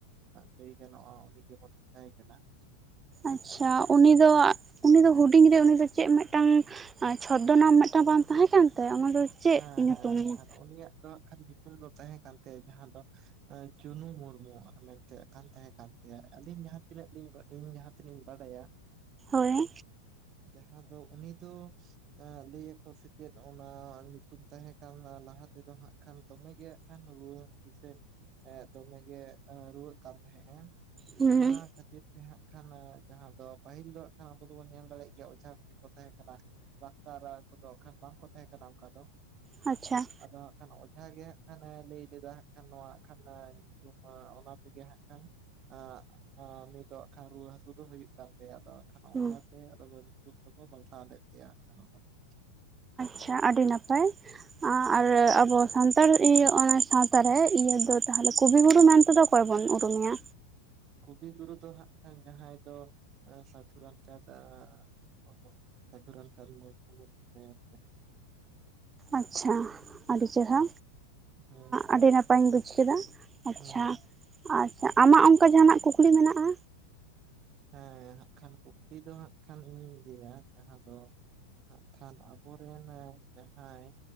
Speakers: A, on the right (about 35°); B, on the right (about 20°).
A: ᱞᱟᱹᱭ ᱜᱟᱱᱚᱜᱼᱟ ᱩᱱᱤ ᱜᱮᱵᱚᱱ ᱢᱮᱛᱟᱭ ᱠᱟᱱᱟ ᱾
B: ᱟᱪᱪᱷᱟ ᱩᱱᱤ ᱫᱚ ᱩᱱᱤ ᱫᱚ ᱦᱩᱰᱤᱧ ᱨᱮ ᱩᱱᱤ ᱫᱚ ᱪᱮᱫ ᱢᱤᱫᱴᱟᱝ ᱪᱷᱚᱫᱫᱚ ᱱᱟᱢ ᱢᱤᱫᱴᱟᱝ ᱵᱟᱝ ᱛᱟᱦᱮᱸ ᱠᱟᱱ ᱛᱟᱭ ᱚᱱᱟ ᱫᱚ ᱪᱮᱫ
A: ᱦᱮᱸ
B: ᱧᱩᱛᱩᱢ
A: ᱦᱮᱸ ᱟᱠᱷᱟᱱ ᱩᱱᱤᱭᱟᱜ ᱫᱚ ᱦᱟᱸᱜ ᱠᱷᱟᱱ ᱧᱩᱛᱩᱢ ᱫᱚ ᱛᱟᱦᱮᱸ ᱠᱟᱱ ᱛᱟᱭᱟ ᱡᱟᱦᱟ ᱫᱚ ᱪᱩᱱᱩ ᱢᱩᱨᱢᱩ ᱢᱮᱱᱛᱮ ᱟᱠᱷᱟᱱ ᱛᱟᱦᱮᱸ ᱠᱟᱱ ᱛᱟᱭᱟ ᱾ ᱟᱹᱞᱤᱧ ᱡᱟᱦᱟᱸᱛᱤᱱᱟᱹᱜ ᱤᱧ ᱛᱮᱫ ᱞᱤᱧ ᱵᱟᱲᱟᱭᱟ᱾
B: ᱦᱳᱭ ᱾
A: ᱡᱟᱦᱟᱸ ᱫᱚ ᱩᱱᱤ ᱫᱚ ᱞᱟᱹᱭ ᱟᱠᱚ ᱥᱮ ᱪᱮᱫ ᱚᱱᱟ ᱧᱩᱛᱩᱢ ᱛᱟᱦᱮᱸ ᱠᱟᱱ ᱞᱟᱦᱟ ᱛᱮᱫᱚ ᱦᱟᱸᱜ ᱠᱷᱟᱱ ᱫᱚᱢᱮ ᱜᱮ ᱦᱟᱸᱜ ᱠᱷᱟᱱ ᱨᱩᱣᱟᱹ ᱦᱟᱹᱥᱩ ᱥᱮ <unintelligible> ᱫᱚᱢᱮ ᱜᱮ <unintelligible> ᱨᱩᱣᱟᱹᱜ ᱠᱟᱱ ᱛᱟᱦᱮᱸ ᱮᱢ ᱾
B: ᱦᱩᱸ
A: ᱚᱱᱟ ᱠᱷᱟᱹᱛᱤᱨ ᱛᱮ ᱦᱟᱸᱜ ᱠᱷᱟᱱ <unintelligible> ᱡᱟᱦᱟᱸ ᱫᱚ ᱯᱟᱹᱦᱤᱞ ᱫᱚ ᱮᱱᱠᱷᱟᱱ ᱟᱵᱚ ᱫᱚᱵᱚᱱ ᱧᱮᱞ ᱫᱟᱲᱮᱜ ᱜᱮᱭᱟ ᱚᱡᱷᱟ ᱾ <unintelligible> ᱛᱟᱦᱮᱸ ᱠᱟᱱᱟ ᱰᱟᱠᱛᱟᱨ ᱨᱟᱜ ᱠᱚᱫᱚ ᱮᱱᱠᱷᱟᱱ ᱵᱟᱝᱠᱚ ᱛᱟᱦᱮᱸ ᱠᱟᱱᱟ ᱚᱱᱠᱟ ᱫᱚ ᱾
B: ᱟᱪᱪᱷᱟ ᱾
A: ᱟᱫᱚ ᱦᱟᱸᱜ ᱠᱷᱟᱱ ᱚᱡᱷᱟ ᱜᱮ ᱦᱟᱸᱜ ᱠᱷᱟᱱᱮ ᱞᱟᱹᱭ ᱞᱮᱫᱟ ᱦᱟᱸᱜ ᱠᱷᱟᱱ ᱱᱚᱣᱟ ᱠᱷᱟᱱ ᱧᱩᱛᱩᱢ ᱚᱱᱟ ᱛᱮᱜᱮ ᱦᱟᱸᱜ ᱠᱷᱟᱱ <unintelligible> <unintelligible> ᱱᱤᱛᱚᱜ ᱠᱷᱟᱱ ᱨᱩᱣᱟᱹ ᱦᱟᱹᱥᱩ ᱫᱚ ᱦᱩᱭᱩᱜ ᱠᱟᱱ ᱛᱟᱭᱟ ᱟᱫᱚᱠᱷᱟᱱ ᱚᱱᱠᱟᱛᱮ
B: ᱦᱩᱸ
A: ᱟᱫᱚ ᱧᱩᱛᱩᱢ ᱫᱚᱠᱚ ᱯᱟᱞᱴᱟᱣ ᱞᱮᱫ ᱛᱮᱭᱟ <unintelligible>
B: ᱟᱪᱪᱷᱟ ᱟᱹᱰᱤ ᱱᱟᱯᱟᱭ <unintelligible> ᱟᱨ ᱟᱵᱚ ᱼᱼ ᱥᱟᱱᱛᱟᱲ ᱤᱭᱟᱹ ᱚᱱᱟ ᱥᱟᱶᱛᱟᱨᱮ ᱤᱭᱟᱹ ᱫᱚ ᱛᱟᱦᱚᱞᱮ ᱠᱚᱵᱤ ᱜᱩᱨᱩ ᱢᱮᱱᱛᱮᱫᱚ ᱚᱠᱚᱭ ᱵᱚᱱ ᱩᱨᱩᱢᱮᱭᱟ?
A: ᱠᱚᱵᱤᱜᱩᱨᱩ ᱫᱚ ᱦᱟᱸᱜ ᱡᱟᱦᱟᱸᱭ ᱫᱚ ᱥᱟᱹᱫᱷᱩ ᱨᱟᱢᱪᱟᱸᱫᱽ <unintelligible> <unintelligible> ᱥᱟᱫᱷᱩ ᱨᱟᱢᱪᱟᱸᱫᱽ ᱢᱩᱨᱢᱩ <unintelligible>
B: ᱟᱪᱷᱟ ᱟᱹᱰᱤ ᱪᱮᱦᱨᱟ
A: ᱦᱳᱭ
B: ᱟᱹᱰᱤ ᱱᱟᱯᱟᱭᱤᱧ ᱵᱩᱡᱽ ᱠᱮᱫᱟ ᱾ ᱟᱪᱷᱟ
A: ᱦᱮᱸ
B: <inaudible> ᱟᱪᱷᱟ ᱟᱢᱟᱜ ᱚᱱᱠᱟ ᱡᱟᱦᱟᱱᱟᱜ ᱠᱩᱠᱞᱤ ᱢᱮᱱᱟᱜᱼᱟ?
A: ᱦᱮᱸ ᱦᱟᱸᱜ ᱠᱷᱟᱱ ᱠᱩᱠᱞᱤ ᱫᱚ ᱦᱟᱸᱜ ᱠᱷᱟᱱ ᱤᱧ ᱞᱟᱹᱭᱟ ᱡᱟᱦᱟᱸ ᱫᱚ ᱾ ᱦᱟᱸᱜ ᱠᱷᱟᱱ ᱟᱵᱚᱨᱮᱱ <unintelligible> ᱡᱟᱦᱟᱸᱭ